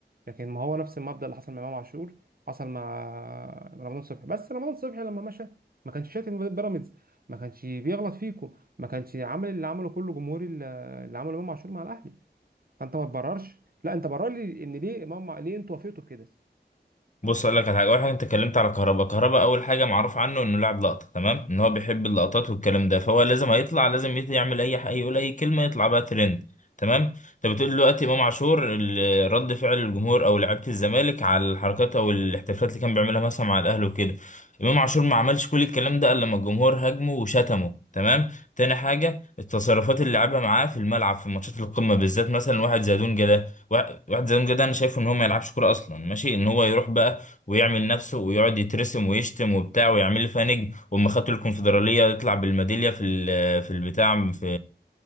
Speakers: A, on the right (about 55°); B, on the left (about 45°).
A: لكن ما هو نفس المبدأ اللي حصل مع امام عاشور حصل مع رمضان صبحي بس رمضان صبحي لما مشى ما كانش شاتم بيراميدز ما كانش بيغلط فيكم ما كانش عامل اللي عمله كله جمهوري اللي اللي عمله امام عاشور مع الاهلي فانت ما تبررش لا انت برر لي ان ليه امام ليه انتوا وافقتوا كده
B: بص اقول لك على حاجه اول حاجه انت اتكلمت على كهربا كهربا اول حاجه معروف عنه انه لاعب لقطه تمام ان هو بيحب اللقطات والكلام ده فهو لازم هيطلع لازم يت- يعمل اي حاجه يقول اي كلمه يطلع بقى ترند تمام انت بتقول دلوقتي امام عاشور ال- رد فعل الجمهور او لعيبه الزمالك على الحركات او الاحتفالات اللي كان بيعملها مثلا مع الاهلي وكده امام عاشور ما عملش كل الكلام ده الا لما الجمهور هاجمه وشتمه تمام تاني حاجه التصرفات اللي لعبها معاه في الملعب في ماتشات القمه بالذات مثلا واحد زي دونجا ده واحد واحد زي دونجا ده انا شايفه ان هو ما يلعبش كوره اصلا ماشي ان هو يروح بقى ويعمل نفسه ويقعد يترسم ويشتم وبتاع ويعمل لي فيها نجم واما خدتوا الكونفدراليه يطلع بالميداليه في ال- في البتاع في